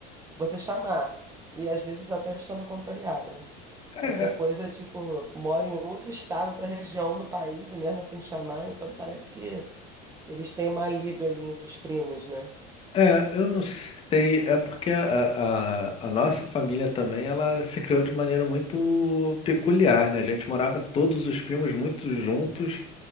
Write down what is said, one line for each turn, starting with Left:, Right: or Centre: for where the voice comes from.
Right: você chamar, e às vezes até chama contrariada, né?
Left: É.
Right: Outra coisa é, tipo, mora em outro estado, outra região do país, e mesmo assim chamar, então parece que eles têm uma liga ali entre os primos, né?
Left: É, eu não sei, é porque a, a, a nossa família também, ela se criou de maneira muito peculiar, né? A gente morava todos os primos muito juntos